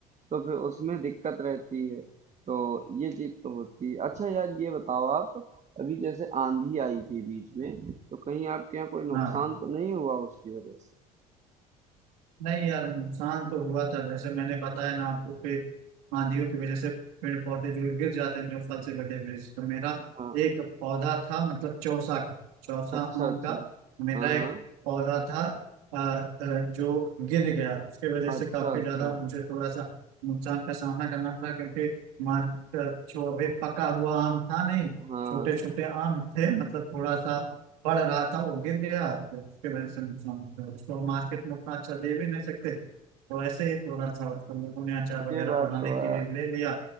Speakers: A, on the right (about 40°); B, on the right (about 80°).
A: तो फिर उसमें दिक्कत रहती है तो ये चीज तो होती है अच्छा यार ये बताओ आप अभी जैसे आंधी आई थी बीच में तो कहीं आपके यहाँ कोई नुकसान
B: हाँ
A: तो नहीं हुआ उसकी वजह से
B: नहीं यार नुकसान तो हुआ था जैसे मैंने बताया ना आपको कि आंधियों की वजह से पेड़ पौधे जो गिर जाते हैं जो फल से लदे हुए तो मेरा
A: हाँ
B: एक पौधा था मतलब चौसा का चौसा
A: अच्छा
B: आम
A: अच्छा
B: का मेरा
A: हाँ
B: एक
A: हाँ
B: पौधा था अ, अ, जो गिर गया उसके वजह
A: अच्छा
B: से काफी
A: अच्छा
B: ज्यादा मुझे थोड़ा सा नुकसान का सामना करना पड़ा क्योंकि मार्केट जो अभी पका हुआ आम था नहीं
A: हाँ
B: छोटे छोटे आम थे मतलब थोड़ा सा पढ़ रहा था वो गिर गया तो उसके वजह से नुकसान हो गया उसको हम मार्केट में उतना अच्छा दे भी नहीं सकते तो ऐसे ही थोड़ा सा उसको लोगों ने अचार वगैरह
A: ये बात
B: बनाने
A: तो
B: के
A: है
B: लिए ले लिया